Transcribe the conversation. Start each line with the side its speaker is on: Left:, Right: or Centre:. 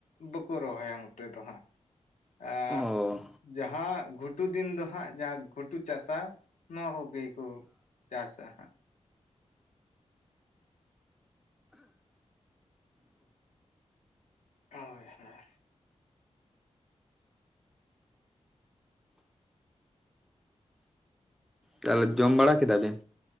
Left: ᱵᱟᱠᱚ ᱨᱚᱦᱚᱭᱟ ᱱᱚᱛᱮ ᱫᱚ ᱦᱟᱸᱜ ᱮ
Centre: ᱚ
Left: ᱡᱟᱦᱟᱸ ᱜᱷᱩᱴᱩ ᱫᱤᱱ ᱫᱚ ᱦᱟᱸᱜ ᱡ ᱜᱷᱩᱴᱩ ᱪᱟᱥᱟ ᱱᱚᱣᱟ ᱠᱚᱜᱮ ᱠᱚ ᱪᱟᱥᱟ ᱦᱟᱜ ᱦᱳᱭ ᱦᱳᱭ
Centre: ᱛᱟᱦᱚᱞᱮ ᱡᱚᱢ ᱵᱟᱲᱟ ᱠᱮᱫᱟ ᱵᱤᱱ